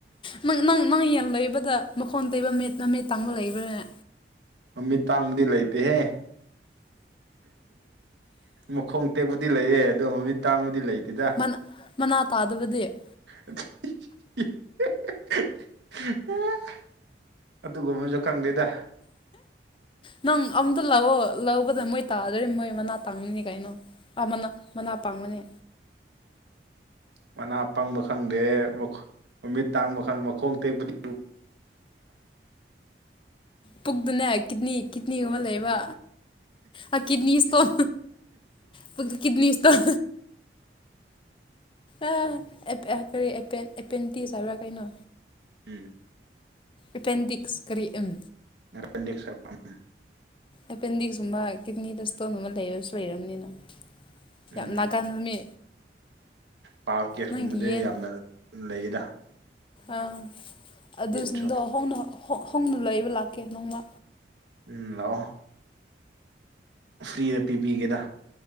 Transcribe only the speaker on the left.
ꯅꯪ ꯅꯪ ꯅꯪ ꯌꯦꯟ ꯂꯩꯕꯗ ꯃꯈꯣꯟ ꯇꯦꯛꯄ ꯃꯃꯤꯠ ꯇꯥꯡꯕ ꯂꯩꯕ꯭ꯔꯥꯅꯦ
ꯃꯅꯥ ꯃꯅꯥ ꯇꯥꯗꯕꯗꯤ
ꯅꯪ ꯑꯝꯇ ꯂꯥꯎꯋꯣ ꯂꯧꯕꯗ ꯃꯣꯏ ꯇꯥꯗꯔꯗꯤ ꯃꯣꯏ ꯃꯅꯥ ꯇꯥꯡꯅꯤ ꯀꯩꯅꯣ ꯑꯥ ꯃꯅꯥ ꯃꯅꯥ ꯄꯪꯕꯅꯦ
ꯄꯨꯛꯗꯅꯦ ꯀꯤꯠꯅꯤ ꯀꯤꯠꯅꯤꯒꯨꯝꯕ ꯂꯩꯕ ꯑꯥ ꯀꯤꯠꯅꯤ ꯁꯇꯣꯟ ꯄꯨꯛꯇ ꯀꯤꯠꯅꯤ ꯁꯇꯣꯟ ꯑꯥ ꯑꯦꯞ ꯑꯦꯞ ꯀꯔꯤ ꯑꯦꯟꯄꯦꯟ ꯑꯦꯄꯦꯟꯇꯤꯁ ꯍꯥꯢꯕ꯭ꯔꯥ ꯀꯩꯅꯣ
ꯑꯦꯄꯦꯟꯗꯤꯛꯁ ꯀꯔꯤ ꯎꯝ
ꯑꯦꯄꯦꯟꯗꯤꯛꯁꯒꯨꯝꯕ ꯀꯤꯠꯅꯤꯗ ꯁꯇꯣꯟꯒꯨꯝꯕ ꯂꯩꯔꯁꯨ ꯂꯩꯔꯝꯅꯤꯅ
ꯌꯥꯝ ꯅꯥꯒꯟꯕ ꯃꯤ
ꯅꯪꯒꯤ ꯌꯦꯟ
ꯑꯥ ꯑꯗꯨꯁꯤꯡꯗꯣ
ꯍꯣꯡꯅ ꯍꯣꯡ ꯍꯣꯡꯅ ꯂꯩꯕ ꯂꯥꯛꯀꯦ ꯅꯣꯡꯃ